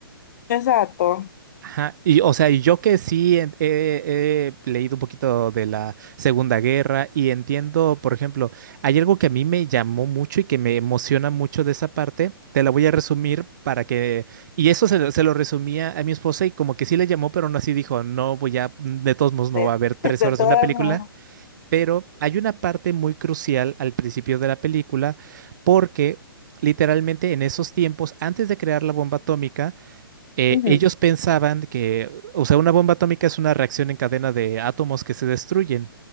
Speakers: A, on the left; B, on the right.
A: Exacto.
B: Ajá, y o sea, y yo que sí he, he- he leído un poquito de la Segunda Guerra y entiendo, por ejemplo, hay algo que a mí me llamó mucho y que me emociona mucho de esa parte, te la voy a resumir para que, y eso se, lo se lo resumía a mi esposa y como que sí le llamó, pero aún así dijo, no voy a, de todos modos no
A: De,
B: va a haber
A: <laughs>
B: tres
A: de
B: horas
A: todas
B: de una película,
A: maneras.
B: pero hay una parte muy crucial al principio de la película porque... Literalmente en esos tiempos, antes de crear la bomba atómica, eh,
A: Ujú,
B: ellos pensaban que, o sea, una bomba atómica es una reacción en cadena de átomos que se destruyen,